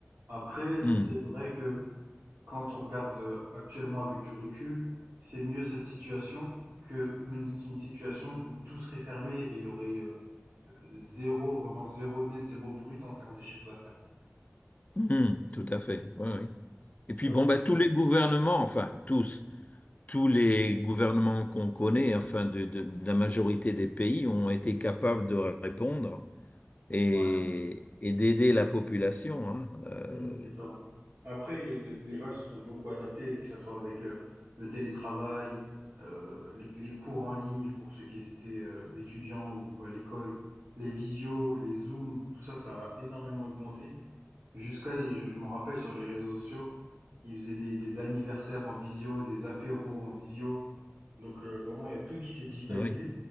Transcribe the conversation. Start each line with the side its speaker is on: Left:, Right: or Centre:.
Right: Après, c'est
Left: Hum,
Right: vrai que quand on regarde euh, actuellement avec du recul, c'est mieux cette situation que une, une situation où tout serait fermé et il y aurait euh, euh, zéro, vraiment zéro net, zéro brut en termes de chiffre d'affaires.
Left: hum, tout à fait. Oui, Et
Right: Sure.
Left: puis bon, bah, tous les gouvernements, enfin tous, tous les gouvernements qu'on connaît, enfin de, de- de la majorité des pays, ont été capables de répondre et,
Right: Ouais.
Left: et d'aider la population. hein. Euh,
Right: Mmh, c'est ça. Après, le- les gens, ils se sont beaucoup adaptés, que ça soit avec euh, le télétravail, euh, les, les cours en ligne pour ceux qui étaient euh, étudiants ou à l'école, les visios, les zooms, tout ça, ça a énormément augmenté. Jusqu'à je je m'en rappelle sur les réseaux sociaux, ils faisaient des des anniversaires en visio, des apéros en visio. Donc, heu, vraiment, il y a tout qui s'est digitalisé.
Left: oui,